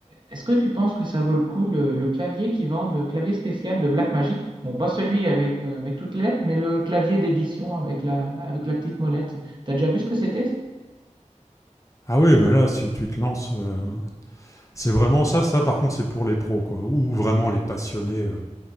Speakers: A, on the right; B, on the left.
A: est-ce que tu penses que ça vaut le coup le, le clavier qu'ils vendent, le clavier spécial de Blackmagic? Bon, pas celui avec, euh, avec toutes les lettres, mais le clavier d'édition avec la, avec la petite molette. T'as déjà vu ce que c'était?
B: Ah oui, mais là, si tu te lances, euh, c'est vraiment ça. Ça, par contre, c'est pour les pros, quoi, ou vraiment les passionnés. euh,